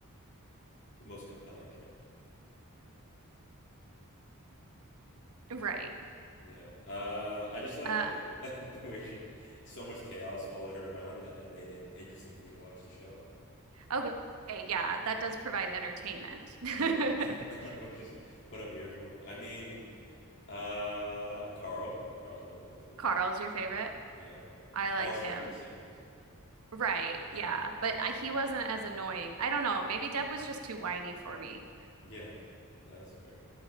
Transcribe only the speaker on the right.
Right.
Um,
okay. Yeah, that does provide entertainment.
<laughs>
Carl's your favorite.
I like
him.
Right.
Yeah. But I, he wasn't as annoying. I don't know. Maybe Deb was just too whiny for me.